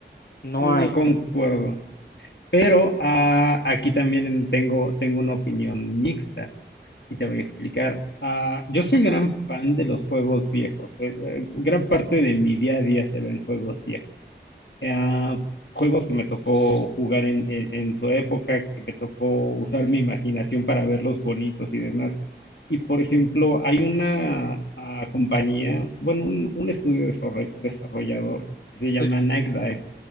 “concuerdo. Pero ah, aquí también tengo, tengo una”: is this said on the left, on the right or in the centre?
Left